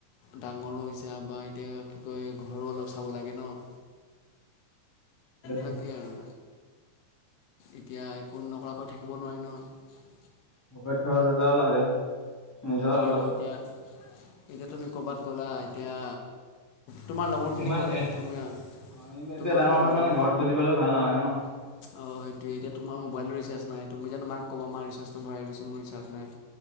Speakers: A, on the left (about 90°); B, on the left (about 15°).
A: ডাঙৰো হৈছে বা এতিয়া কি কয় ঘৰো অলপ চাব লাগে ন'।
B: সেইটোৱে
A: লাগে আৰু। এতিয়া একো নকৰাকৈ থাকিব নোৱাৰি নহয়।
B: পকেট খৰচ এটাও লাগে, নিজৰ
A: সেইটোৱেতো
B: হ'লেও।
A: এতিয়া এতিয়া, তুমি কৰ'বাত গ'লা এতিয়া তোমাৰ লগৰখিনি
B: ইমান,
A: গ'লে এতিয়া
B: এতিয়া
A: তুমি তোমাৰ
B: ডাঙৰ হৈ
A: লগৰ
B: মানে ঘৰত খুজিবলৈও ভাল নালাগে ন'।
A: অ'! সেইটোৱে, এতিয়া তোমাৰ মোবাইলটো ৰিচাৰ্জ নাই, তুমি জানোঁ মাক ক'বা, মা ৰিচাৰ্জটো ভৰাই দ দেচোন, মোৰ ৰিচাৰ্জ নাই।